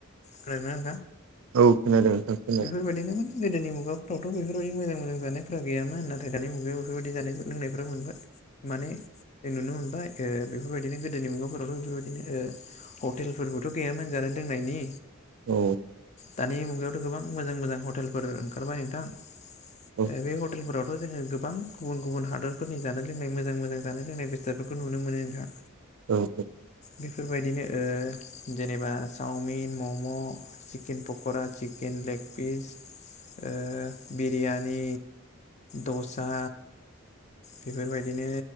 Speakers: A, on the left (about 35°); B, on the right (about 85°).
A: खोनादों ना नोंथां?
B: औ खोनादों। खोनादों
A: बेफोरबायदिनो माने गोदोनि मुगाफ्रावथ' बेफोरबायदि मोजां मोजां जानायफ्रा गैयामोन नाथाय दानि मुगायाव बेफोरबायदि जानाय लोंनायफ्रा मोनबाय। माने नुनो मोनबाय ओ बेफोरबायदिनो गोदोनि मुगाफोरावथ' बेफोरबायदिनो ओ हटेल फोरबोथ' गैयामोन जानाय लोंनायनि
B: औ।
A: दानि मुगायावथ' गोबां मोजां मोजां हटेलफोर ओंखारबाय नोंथां।
B: औ
A: बे हटेलफोरावथ' जोङो गोबां गुबुन गुबुन हादरफोरनि जानाय लोंनाय मोजां मोजां जानाय लोंनाय बेसादफोरखौ खौ नुनो मोनो नोंथां।
B: औ औ।
A: बेफोरबायदिनो ओ जेनेबा चावमिन मम' chicken pakora chicken leg piece ओ बिरियानि दसा बेफोरबायदिनो